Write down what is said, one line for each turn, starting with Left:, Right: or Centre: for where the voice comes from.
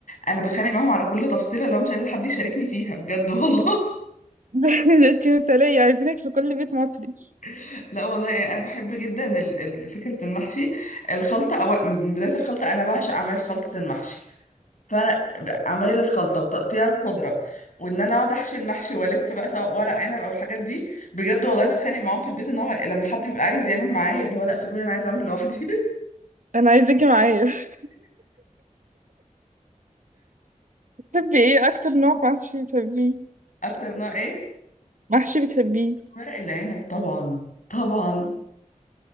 Left: انا بتخانق معاهم على كل تفصيله لو مش عايزه حد يشاركني فيها بجد والله
Right: <laughs> ده انت مثالية عايزينك في كل بيت مصري
Left: <laughs> لا والله يعني انا بحب جدا ال- ال- فكره المحشي الخلطه أو من بدايه الخلطه انا بعشق اعمال خلطه المحشي فانا عمايل الخلطه وتقطيع الخضره وان انا اقعد احشي المحشي والف بقى سواء ورق عنب او الحاجات دي بجد والله بتخانق معاهم في البيت ان هو لما حد بيبقى عايز يعمل معايا اللي هو لا سيبوني انا عايز اعمل لوحدي <laughs>
Right: انا عايزاكي معايا <laughs> بتحبي ايه اكتر نوع محشي بتحبيه
Left: اكتر نوع ايه
Right: محشي بتحبيه
Left: ورق العنب طبعا طبعا